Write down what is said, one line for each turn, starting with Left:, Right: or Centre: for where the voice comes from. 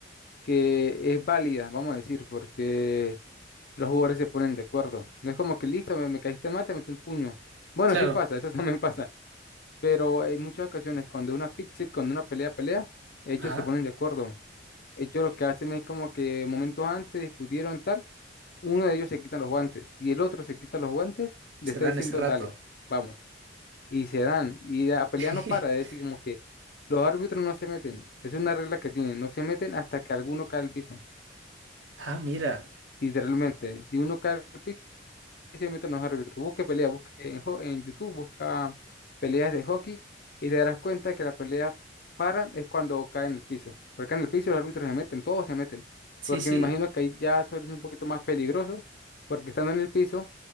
Left: que es válida, vamos a decir, porque los jugadores se ponen de acuerdo. No es como que listo, me, me caíste mal, te metí un puño. Bueno,
Right: Claro,
Left: sí pasa, eso <laughs> también pasa. Pero en muchas ocasiones, cuando es una fight, cuando una pelea, pelea, ellos
Right: ajá,
Left: se ponen de acuerdo Ellos lo que hacen es como que momentos antes discutieron tal, uno de ellos se quita los guantes. Si el otro se quita los guantes, le
Right: se
Left: está
Right: dan
Left: diciendo,
Right: ese rato.
Left: dale, vamos. Y se dan. Y la pelea
Right: <laughs>
Left: no para, es decir, como que los árbitros no se meten. Es una regla que tienen, no se meten hasta que alguno cae al piso.
Right: Ah, mira,
Left: Literalmente, si uno cae al piso, y se meten los árbitros. Busque peleas, busque en, ho- en YouTube, busca peleas de hockey y te darás cuenta que las peleas paran es cuando caen en el piso. Porque caen en el piso los árbitros se meten, todos se meten.
Right: sí,
Left: Porque
Right: sí,
Left: me imagino que ahí ya suele ser un poquito más peligroso, porque estando en el piso,